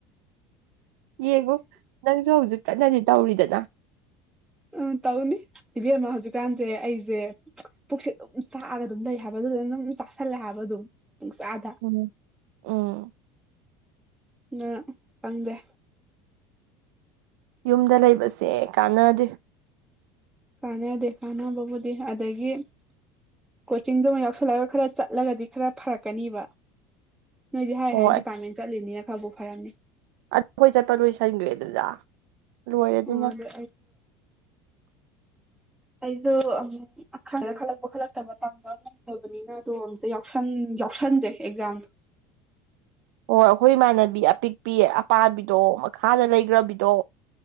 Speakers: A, on the right (about 80°); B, in the centre.
A: ꯌꯦꯡꯉꯣ ꯅꯪꯁꯨ ꯍꯧꯖꯤꯛ ꯀꯟꯅꯗꯤ ꯇꯧꯔꯤꯗꯅ
B: ꯎ ꯇꯧꯅꯤ ꯏꯕꯦꯝꯃ ꯍꯧꯖꯤꯛꯀꯥꯟꯁꯦ ꯑꯩꯁꯦ ꯄꯨꯛꯁꯦ ꯑꯗꯨꯝ ꯆꯥꯛꯑꯒ ꯑꯗꯨꯝ ꯂꯩ ꯍꯥꯏꯕ ꯑꯗꯨ ꯑꯗꯨꯝ ꯆꯥꯥꯁꯜꯂꯦ ꯍꯥꯏꯕ ꯑꯗꯨꯝ ꯄꯨꯡꯆꯥꯗ
A: ꯎꯝ ꯎꯝ
B: ꯎ ꯐꯪꯗꯦ
A: ꯌꯨꯝꯗ ꯂꯩꯕꯁꯦ ꯀꯥꯟꯅꯗꯦ
B: ꯀꯥꯟꯅꯗꯦ ꯀꯥꯟꯅꯕꯕꯨꯗꯤ ꯑꯗꯒꯤ ꯀꯣꯆꯤꯡꯗꯨꯃ ꯌꯥꯎꯁꯜꯂꯒ ꯈꯔ ꯆꯠꯂꯒꯗꯤ ꯈꯔ ꯐꯔꯛꯀꯅꯤꯕ ꯅꯣꯏꯗꯤ ꯍꯥꯏ
A: ꯍꯣꯏ
B: ꯍꯥꯏꯅ ꯗꯤꯄꯥꯔꯠꯃꯦꯟ ꯆꯠꯂꯤꯅꯤꯅ ꯈꯔꯕꯨꯥꯎ ꯐꯔꯝꯅꯤ
A: ꯑꯗꯨ ꯑꯩꯈꯣꯏ ꯆꯠꯄ ꯂꯣꯏꯁꯤꯟꯈ꯭ꯔꯦ ꯑꯗꯨꯗ ꯂꯣꯏꯔꯦ ꯑꯗꯨꯅ
B: ꯑꯣ ꯑꯗ
A: <unintelligible>
B: ꯑꯩꯁꯨꯨꯥꯏꯗ ꯈꯜꯂꯛꯄ ꯈꯠꯂꯛꯇꯕ ꯇꯝꯕ ꯉꯝꯗꯕꯅꯤꯅ ꯑꯗꯣ ꯑꯝꯇ ꯌꯥꯎꯁꯟ ꯎꯝ ꯌꯥꯎꯁꯟꯖꯦ ꯑꯦꯛꯖꯥꯝ
A: <unintelligible> ꯑꯣ ꯑꯩꯈꯣꯏ ꯏꯃꯥꯟꯅꯕꯤ ꯑꯄꯤꯛꯄꯤ ꯑꯄꯥꯕꯤꯗꯣ ꯃꯈꯥꯗ ꯂꯩꯈ꯭ꯔꯕꯤꯗꯣ